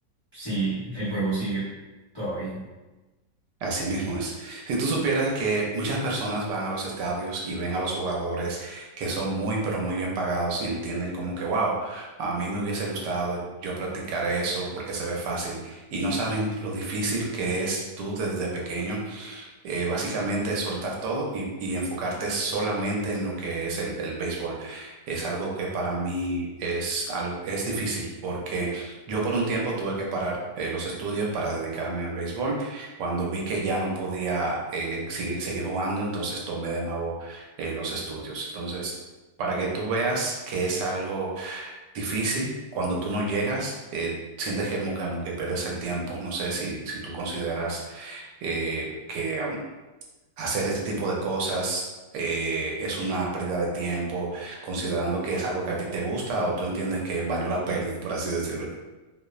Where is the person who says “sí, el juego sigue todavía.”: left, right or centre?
Left